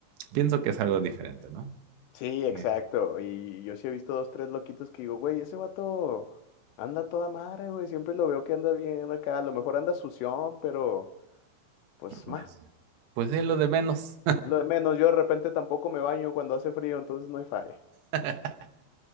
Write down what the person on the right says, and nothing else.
pienso que es algo diferente, ¿no?
Que,
Pues,
pues es lo de menos.
<laughs>